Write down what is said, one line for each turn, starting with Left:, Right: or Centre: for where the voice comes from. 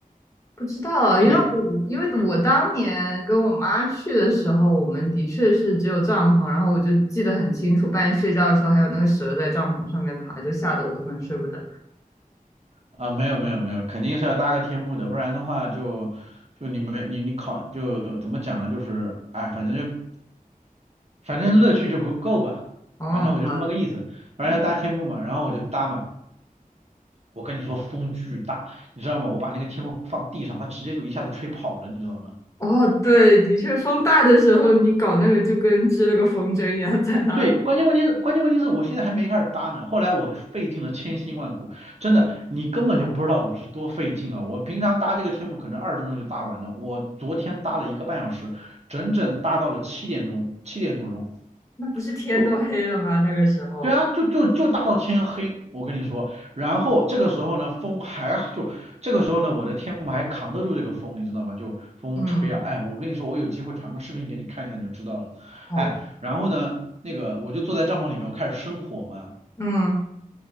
Left: 不知道啊，
Right: 一点
Left: 因为我因为我当年跟我妈去的时候，我们的确是只有帐篷，然后我就记得很清楚，半夜睡觉的时候还有那个蛇在帐篷上面爬，就吓得我根本睡不着。
Right: 啊，没有没有没有，肯定是要搭个天幕的，不然的话就就你没你你考就怎么讲呢？就是哎，反正就反正乐趣就不够吧，
Left: 哦，
Right: 反正我就这么个意思，反正要搭天幕嘛，
Left: 嗯
Right: 然后我就搭嘛。我跟你说风巨大，你知道吗？我把那个天幕放地上，它直接就一下子吹跑了，你知道吗？
Left: 哦，对，的确，风大的时候你搞那个就跟织了个风筝一样在那儿，
Right: 对，关键问题是，关键问题是我现在还没开始搭呢。后来我费尽了千辛万苦，真的，你根本就不知道我是多费劲啊！我平常搭这个天幕可能二十分钟就搭完了，我昨天搭了一个半小时，整整搭到了七点钟，
Left: 天
Right: 七点多钟，
Left: 那不是天都黑了吗？
Right: 就
Left: 那个时候，
Right: 对啊，就就就大到天黑，我跟你说。然后这个时候呢，风还就这个时候呢，我的天幕还扛得住这个风，你知道吗？就风吹啊，
Left: 嗯，
Right: 哎，我跟你说，我有机会传个视频给你看一下，你就知道了。
Left: 好，
Right: 哎，然后呢，那个我就坐在帐篷里面，我开始生火嘛。
Left: 嗯，